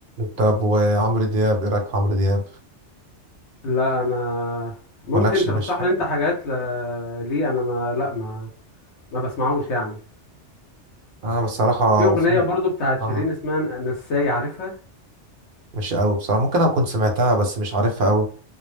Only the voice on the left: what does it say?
لا أنا ممكن
ترشح
لي أنت حاجات ل- لي أنا ما لا ما ما بسمعوش يعني
وفي أغنية
برضو بتاعت
شيرين اسمها نساي عارفها